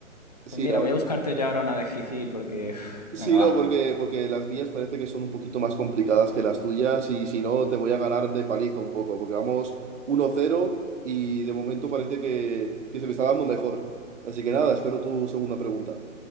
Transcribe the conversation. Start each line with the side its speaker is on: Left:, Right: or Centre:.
Right: Sí,
Left: Pues mira,
Right: la verdad
Left: voy a buscarte ya ahora una difícil porque... uf,
Right: Sí,
Left: venga, va.
Right: no, porque, porque las mías parece que son un poquito más complicadas que las tuyas y si no te voy a ganar de paliza un poco, porque vamos uno cero y de momento parece que, que se me está dando mejor. Así que nada, espero tu segunda pregunta.